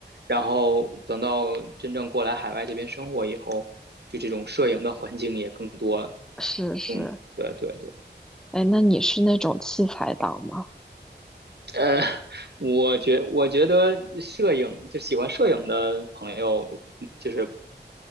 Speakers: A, on the right; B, in the centre.
A: 然后等到真正过来海外这边生活以后，就这种摄影的环境也更多了。
B: 是是，
A: 嗯，对对对。
B: 哎，那你是那种器材党吗？
A: 呃，我觉我觉得摄影就喜欢摄影的朋友，就是